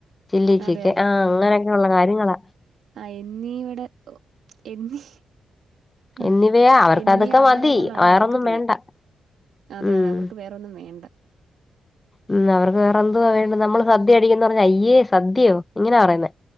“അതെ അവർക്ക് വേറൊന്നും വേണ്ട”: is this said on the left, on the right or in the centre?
Right